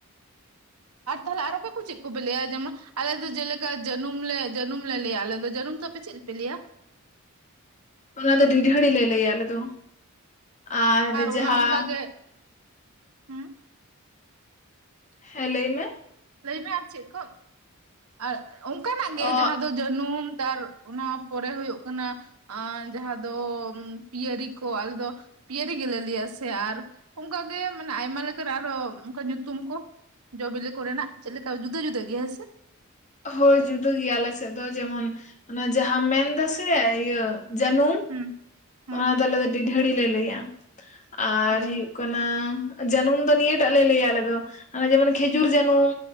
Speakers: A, on the right (about 85°); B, on the left (about 30°).
A: ᱟᱨ ᱛᱟᱦᱞᱮ ᱟᱨ ᱚᱠᱟ ᱠᱚ ᱪᱮᱜ ᱠᱚᱵᱮ ᱞᱟᱹᱭᱟ ᱡᱟᱢᱟ ᱟᱞᱮᱫᱚ ᱡᱮᱞᱮᱠᱟ ᱡᱟᱹᱱᱩᱢ ᱞᱮ ᱡᱟᱹᱱᱩᱢ ᱞᱮ ᱞᱟᱹᱭᱟ ᱟᱞᱮ ᱫᱚ ᱡᱟᱹᱱᱩᱢ ᱫᱚ ᱟᱯᱮ ᱪᱮᱜ ᱯᱮ ᱞᱟᱹᱭᱟ?
B: ᱚᱱᱟ ᱫᱚ ᱰᱤᱰᱷᱟᱹᱲᱤ ᱞᱮ ᱞᱟᱹᱭᱟ ᱟᱞᱮ ᱫᱚ ᱟᱨ
A: ᱚᱱᱟ
B: ᱡᱟᱦᱟᱸ
A: ᱚᱱᱠᱟ ᱜᱮ ᱦᱩᱸ
B: ᱦᱮᱸ ᱞᱟᱹᱭ ᱢᱮ᱾
A: ᱞᱟᱹᱭᱢᱮ ᱟᱨ ᱪᱮᱜ ᱠᱚ ᱟᱨ ᱚᱝᱠᱟᱱᱟᱜ ᱜᱮ
B: ᱚ
A: ᱡᱟᱦᱟᱸ ᱫᱚ ᱡᱟᱹᱱᱩᱢ ᱛᱟᱨ ᱚᱱᱟ ᱯᱚᱨᱮ ᱦᱩᱭᱩᱜ ᱠᱟᱱᱟ ᱟᱸ ᱡᱟᱦᱟᱸ ᱫᱚ ᱯᱤᱭᱟᱹᱨᱤ ᱠᱚ ᱟᱞᱮ ᱫᱚ ᱯᱤᱭᱟᱹᱨᱤ ᱜᱮᱞᱮ ᱞᱮᱭᱟ ᱥᱮ ᱟᱨ ᱚᱝᱠᱟᱜᱮ ᱢᱟᱱᱮ ᱟᱭᱢᱟ ᱞᱮᱠᱱᱟᱜ ᱟᱨᱚ ᱚᱝᱠᱟ ᱧᱩᱛᱩᱢ ᱠᱚ᱾ ᱡᱚ ᱵᱤᱞᱤ ᱠᱚᱨᱮ ᱱᱟᱜ ᱪᱮᱷ ᱞᱮᱠᱟ ᱡᱩᱫᱟᱹ ᱡᱩᱫᱟᱹ ᱜᱮᱭᱟ ᱦᱮᱸ ᱥᱮ?
B: ᱦᱳᱭ ᱡᱩᱫᱟᱹ ᱜᱮᱭᱟ ᱟᱞᱮ ᱥᱮᱜ ᱫᱚ ᱡᱮᱢᱚᱱ ᱚᱱᱟ ᱡᱟᱦᱸᱟᱢ ᱢᱮᱱ ᱫᱟᱥᱮ ᱤᱭᱟᱹ ᱡᱟᱹᱱᱩᱢ
A: ᱦᱩᱸ ᱦᱩᱸ
B: ᱚᱱᱟ ᱫᱚ ᱟᱞᱮ ᱫᱚ ᱰᱤᱰᱷᱟᱹᱲᱤ ᱞᱮ ᱞᱟᱹᱭᱟ᱾ ᱟᱨ
A: ᱦᱩᱸ
B: ᱦᱩᱭᱩᱜ ᱠᱟᱱᱟ ᱡᱟᱹᱱᱩᱢ ᱫᱚ ᱱᱤᱭᱟᱹᱴᱟᱜ ᱞᱮ ᱞᱟᱹᱭᱟ ᱟᱞᱮ ᱫᱚ ᱦᱟᱱᱮ ᱡᱮᱢᱚᱱ ᱠᱷᱮᱡᱩᱨ ᱡᱟᱹᱱᱩᱢ